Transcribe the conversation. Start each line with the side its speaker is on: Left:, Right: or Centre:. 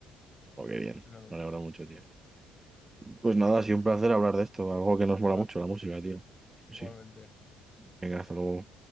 Right: Oh, qué bien.
Left: Es una locura.
Right: Me alegra mucho, tío. Pues nada, ha sido un placer hablar de esto, algo que nos
Left: Venga,
Right: mola mucho, la música, tío. Pues
Left: igualmente.
Right: Sí. Venga, hasta luego.